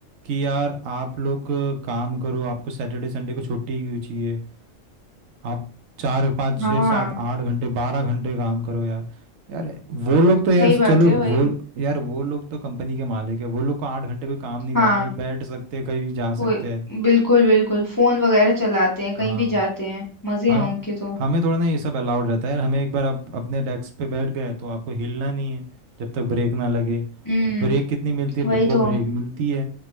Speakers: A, on the right (about 85°); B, on the left (about 20°).
A: कि यार आप लोग अ, काम करो आपको सैटरडे संडे को छुट्टी क्यों चाहिए आप चार पाँच
B: हाँ
A: छः सात आठ घंटे बारह घंटे काम करो यार यार वो लोग तो यार
B: सही बात
A: चलो
B: है वही
A: वो यार वो लोग तो कंपनी के मालिक है वो लोग को आठ घंटे कोई काम नहीं
B: हाँ
A: करना वो बैठ सकते हैं, कहीं जा
B: वो
A: सकते हैं
B: बिल्कुल बिल्कुल फोन वगैरह चलाते हैं कहीं
A: हाँ
B: भी जाते हैं मजे
A: हाँ
B: हैं उनके तो
A: हमें थोड़ा ना ये सब अलाउड रहता है यार हमें एक बार आप अपने डेस्क पे बैठ गए तो आपको हिलना नहीं है जब तक ब्रेक ना लगे
B: हम्म
A: ब्रेक कितनी मिलती है
B: वही
A: दो
B: तो
A: ब्रेक मिलती है